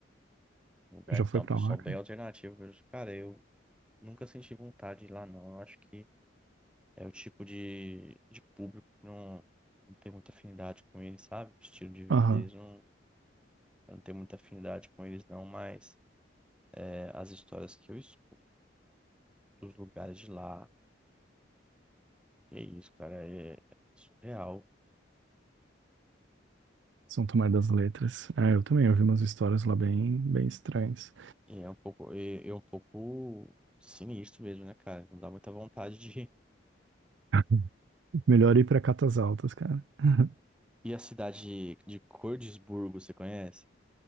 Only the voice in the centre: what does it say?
Um lugar
que
tá um
pessoal
bem
alternativo. Eu, cara, eu nunca senti vontade de ir lá, não. Eu acho que é o tipo de, de público que não, não tem muita afinidade com eles, sabe? O estilo de vida
deles não, eu não tem muita afinidade com eles, não. Mas é, as histórias que eu escuto dos lugares de lá, que é isso, cara, é é surreal.
E é um pouco, e- é, um pouco sinistro mesmo, né, cara? Não dá muita vontade de
E a cidade de Cordisburgo, você conhece?